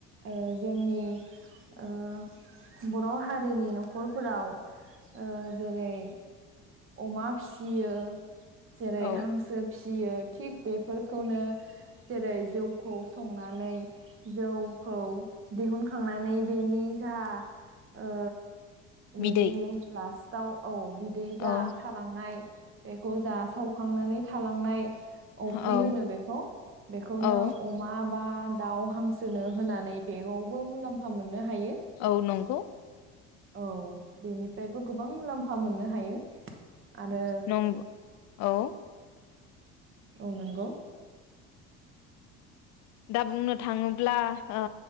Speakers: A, on the right (about 40°); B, on the left (about 60°).
A: ओ जोंनि ओ बर' हारिनि न'खरफोराव ओ जेरै अमा फियो जेरै
B: औ
A: हांसो फियो थिग बेफोरखौनो जेरै जौखौ संनानै जौखौ दिहुनखांनानै बेनि जा ओ बेनि
B: बिदै
A: लास्ट दाउ औ बिदै
B: औ
A: जा थालांनाय बेखौ जा सावखांनानै थालांनाय अफ्रि
B: औ
A: होनो बेखौ बेखौनो
B: औ
A: अमा मा दाउ हांसोनो होनानै बेयावबो मुलाम्फा मोननो हायो
B: औ नंगौ
A: औ बेनिफ्रायबो गोबां फा मोननो हायो आरो
B: नंगौ औ
A: औ नंगौ
B: दा बुंनो थाङोब्ला ओ